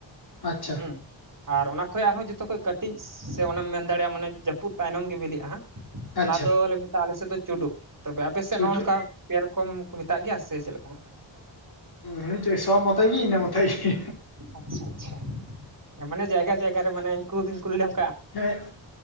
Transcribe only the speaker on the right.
ᱦᱩᱸ ᱟᱨ ᱚᱱᱟ ᱠᱷᱚᱡ ᱟᱨᱦᱚᱸ ᱡᱚᱛᱚ ᱠᱷᱚᱡ ᱠᱟᱹᱴᱤᱡ ᱠᱟᱹᱴᱤᱡ ᱥᱮ ᱚᱱᱟᱮᱢ ᱢᱮᱱ ᱫᱟᱲᱮᱭᱟᱜᱼᱟ ᱢᱟᱱᱮ ᱡᱟᱹᱯᱩᱫ ᱛᱟᱭᱱᱚᱢ ᱜᱮ ᱵᱤᱞᱤᱜᱼᱟ ᱦᱟᱸᱜ
ᱚᱱᱟ ᱫᱚᱞᱮ ᱢᱮᱛᱟᱜᱼᱟ ᱟᱞᱮᱥᱮᱫ ᱫᱚ ᱪᱩᱰᱩᱜ ᱛᱚᱵᱮ ᱟᱯᱮ ᱥᱮᱫ
ᱱᱚᱼ ᱱᱚᱝᱠᱟ ᱯᱮ ᱨᱚᱠᱚᱢ ᱠᱚ ᱢᱮᱛᱟᱜ ᱜᱮᱭᱟ ᱥᱮ ᱪᱮᱫ ᱞᱮᱠᱟ
ᱟᱪᱪᱷᱟ ᱻᱟᱪᱪᱷᱟ ᱢᱟᱱᱮ ᱡᱟᱭᱜᱟᱻ ᱡᱟᱭᱜᱟ ᱨᱮ ᱢᱟᱱᱮ ᱠᱩᱫ ᱤᱧ ᱠᱩᱞᱤᱟᱢ